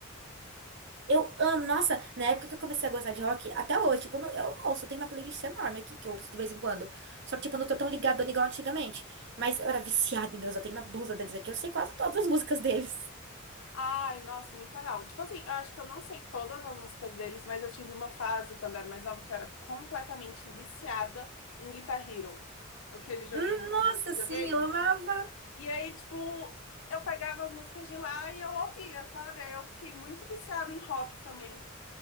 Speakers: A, on the right; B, on the left.
A: Eu amo. Nossa, na época que eu comecei a gostar de rock, até hoje, tipo, eu, não- eu ouço, tem uma playlist enorme aqui que eu ouço de vez em quando. Só que, tipo, eu não tô tão ligadona igual antigamente. Mas eu era viciada em Deus, eu tenho uma blusa deles aqui, eu sei quase todas as músicas deles.
B: Ai, nossa, muito legal. Tipo assim, eu acho que eu não sei todas as músicas deles, mas eu tive uma fase quando eu era mais nova que eu era completamente viciada em Guitar Hero, aquele joguinho
A: Hum,
B: de
A: Nossa,
B: videogame.
A: sim, eu amava.
B: E aí, tipo, eu pegava as músicas de lá e eu ouvia, sabe? Aí eu fiquei muito viciada em rock também.